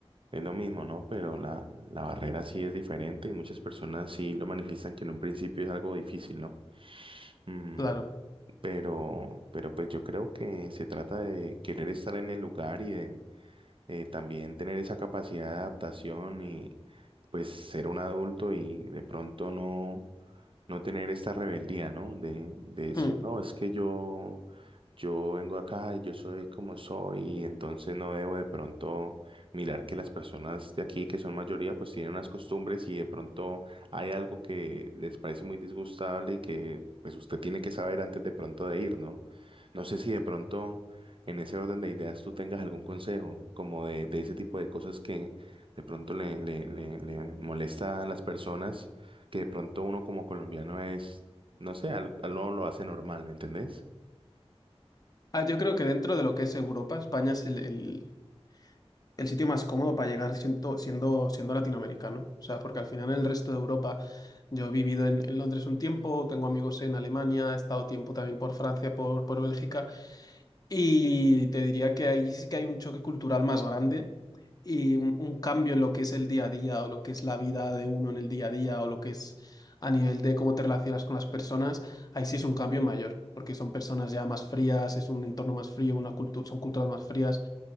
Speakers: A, on the right; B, on the left.
A: es lo mismo, ¿no? Pero la, la barrera sí es diferente y muchas personas sí lo manifiestan que en un principio es algo difícil, ¿no? Mm,
B: Claro.
A: pero, pero pues yo creo que se trata de querer estar en el lugar y de eh, también tener esa capacidad de adaptación y pues ser un adulto y de pronto no, no tener esta rebeldía, ¿no? De, de decir,
B: Hmm.
A: no, es que yo, yo vengo acá y yo soy como soy y entonces no debo de pronto mirar que las personas de aquí, que son mayoría, pues tienen unas costumbres y de pronto hay algo que les parece muy disgustable y que pues usted tiene que saber antes de pronto de ir, ¿no? No sé si de pronto en ese orden de ideas tú tengas algún consejo, como de, de ese tipo de cosas que de pronto le, le, le, le molesta a las personas, que de pronto uno como colombiano es, no sé, al, al- no lo hace normal, ¿me entendés?
B: Ah, yo creo que dentro de lo que es Europa, España es el, el- el sitio más cómodo para llegar siento- siendo, siendo, latinoamericano. O sea, porque al final en el resto de Europa yo he vivido en, en Londres un tiempo, tengo amigos en Alemania, he estado tiempo también por Francia, por, por Bélgica, y te diría que ahí sí que hay un choque cultural más grande y un, un cambio en lo que es el día a día o lo que es la vida de uno en el día a día o lo que es a nivel de cómo te relacionas con las personas. Ahí sí es un cambio mayor, porque son personas ya más frías, es un entorno más frío, una cultu- son culturas más frías.